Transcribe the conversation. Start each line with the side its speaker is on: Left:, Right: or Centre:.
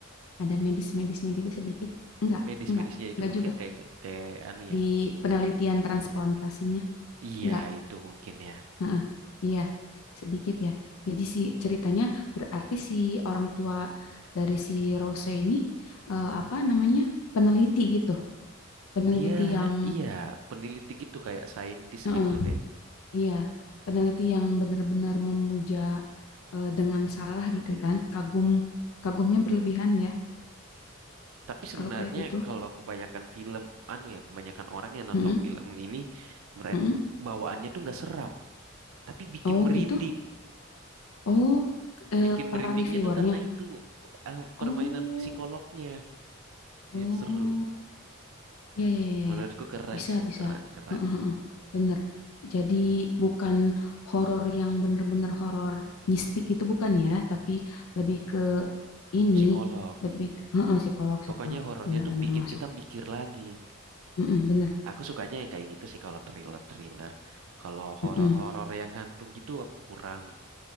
Left: Ada medis-medisnya gitu sedikit? Enggak,
Right: Medis-medisnya
Left: enggak,
Right: itu
Left: enggak
Right: mungkin
Left: juga.
Right: kayak kayak anu ya.
Left: Di penelitian transplantasinya,
Right: Iya,
Left: enggak.
Right: itu mungkin ya.
Left: Heeh, iya, sedikit ya. Jadi si ceritanya berarti si orang tua dari si Rose ini eh, apa namanya? peneliti gitu. Peneliti
Right: Dia
Left: yang
Right: iya peneliti gitu kayak saintis
Left: heeh,
Right: gitu deh.
Left: iya, peneliti yang benar-benar memuja eh, dengan salah gitu kan. Kagum kagumnya berlebihan ya
Right: Tapi sebenarnya
Left: kalau kayak gitu.
Right: kalau kebanyakan film anu ya, kebanyakan orang yang nonton
Left: Heeh,
Right: film ini mere-
Left: heeh.
Right: bawaannya tuh nggak seram, tapi bikin
Left: Oh,
Right: merinding.
Left: gitu. Oh, eh,
Right: Bikin
Left: para
Right: merindingnya
Left: reviewernya.
Right: tuh karena itu eh, permainan
Left: Oh,
Right: psikolognya
Left: oh.
Right: yang seru.
Left: Ya, ya, ya, ya.
Right: Menurutku
Left: ya.
Right: keren
Left: Bisa,
Right: sih,
Left: bisa.
Right: keren keren.
Left: Heeh, heeh. Bener. Jadi bukan horor yang bener-bener horor mistik itu bukan ya, tapi lebih ke ini,
Right: Psikolog.
Left: lebih ke heeh, psikolog, psikolog.
Right: Pokoknya horornya
Left: Bener-bener
Right: tuh bikin
Left: masuk.
Right: kita mikir lagi.
Left: Heeh, bener.
Right: Aku sukanya yang kayak gitu sih kalau thriller-thriller. Kalau horor-horor
Left: Heeh.
Right: yang hantu gitu aku kurang.